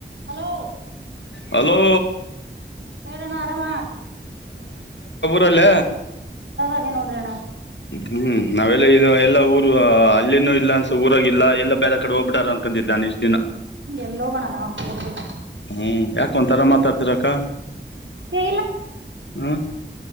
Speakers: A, on the right; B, on the left.
A: hello
B: hello
A: ಕಡಣರಾಮ
B: ರಲ್ಲ
A: ಅದೇ ನೋಡ್ರಿ ಅಣ್ಣ
B: ಹ್ಮ್ ನಾವೆಲ್ಲ ಇದು ಎಲ್ಲಾ ಊರು ಅಲ್ಲಿನೂ ಇಲ್ಲ ಅನ್ ಊರಾಗಿಲ್ಲ ಎಲ್ಲಾ ಬೇರೆ ಕಡೆ ಹೋಗ್ಬಿಟ್ಟಾರ ಅನ್ಕೊಂಡಿದ್ದಾನೆ ಇಷ್ಟ ದಿನ
A: ಎಲ್ಲೋಗೋಣ ನಾವು ಊರ್ ಬಿಟ್ಟು
B: ಹ್ಮ್ ಯಾಕ ಒಂಥರ ಮಾತಾಡ್ತಿರಕ್ಕ
A: ಏ
B: ಹ್ಮ